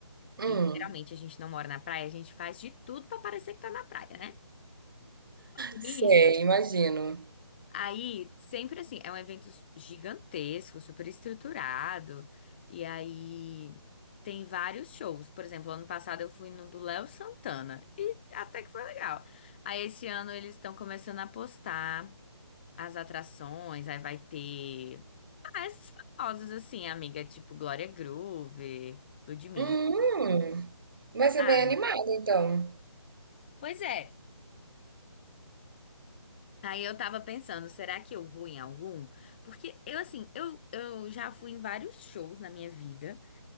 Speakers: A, on the left (about 20°); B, on the right (about 45°).
A: que
B: Hum,
A: literalmente a gente não mora na praia, a gente faz de tudo pra parecer que tá na praia, né? E
B: sei, imagino.
A: Aí, sempre assim, é um evento gigantesco, super estruturado. E aí tem vários shows. Por exemplo, ano passado eu fui no do Léo Santana e até que foi legal. Aí esse ano eles estão começando a postar as atrações, aí vai ter ah, esses famosos assim, amiga, tipo Glória Groove, Ludmilla,
B: Hum, vai
A: sabe?
B: ser bem animado então.
A: Pois é. Aí eu tava pensando, será que eu vou em algum? Porque eu, assim, eu, eu já fui em vários shows na minha vida.